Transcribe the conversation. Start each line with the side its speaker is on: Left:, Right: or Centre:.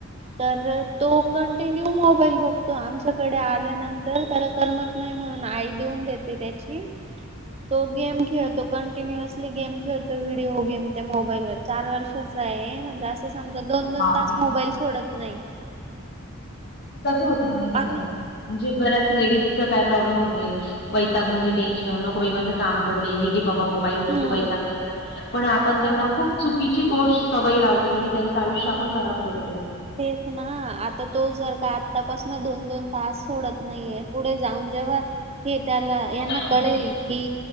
Right: तर तो कंटिन्यू मोबाईल बघतो. आमच्याकडे आल्यानंतर त्याला करमत नाही. म्हणून आई देऊन देते त्याची.
Left: <inaudible>
Right: तो गेम खेळतो, कंटिन्युअसली गेम खेळतो. व्हिडिओ गेम त्या मोबाईलवर. चार वर्षाचा आहे म्हणजे अस समजा दोन दोन
Left: बापरे
Right: तास मोबाईल सोडत नाही.
Left: कसं होते माहितीे
Right: आणि
Left: का? म्हणजे बऱ्याच लेडीजचा काय प्रॉब्लेम होतय? वैताग म्हणजे टेन्शन, नको बाई माझं काम पडलये. हे घे बाबा मोबाईल, म्हणजे
Right: हम्म
Left: तू वैताग नाही देणार. पण आपण त्यांना खूप चुकीची गोष्ट सवयी लावतोय. म्हणजे त्यांचं आयुष्य आपण खराब करतोय.
Right: तेच ना. आता तो जर का आत्तापासन दोन दोन तास सोडत नाहीये, पुढे जाऊन जेव्हा हे त्याला
Left: हो
Right: यांना
Left: ना
Right: कळेल
Left: तेच
Right: कि,